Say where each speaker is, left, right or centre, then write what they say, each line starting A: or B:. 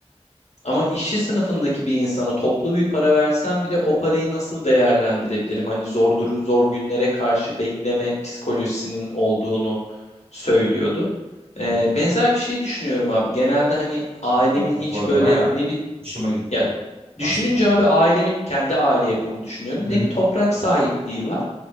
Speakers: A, on the left (about 80°); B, on the right (about 60°).
A: Ama işçi sınıfındaki bir insana toplu bir para versem bile o parayı nasıl değerlendirebilirim? Hani zor duru, zor günlere karşı bekleme psikolojisinin olduğunu söylüyordu. Ee,
B: hı hı.
A: benzer bir şey düşünüyorum abi. Genelde hani ailemin
B: İlginçmiş
A: hiç
B: bu arada
A: böyle
B: bayağı
A: ne bir
B: hoşuma gitti
A: ya düşününce
B: bahsettiğin şey.
A: abi ailemin kendi aile yapımı düşünüyorum.
B: Hı
A: Ne
B: hı,
A: bir toprak sahipliği var